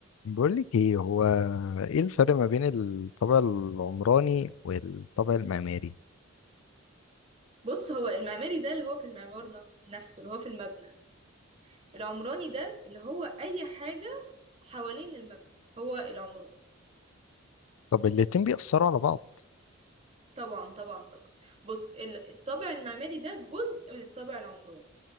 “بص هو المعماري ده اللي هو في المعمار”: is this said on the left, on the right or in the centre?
Right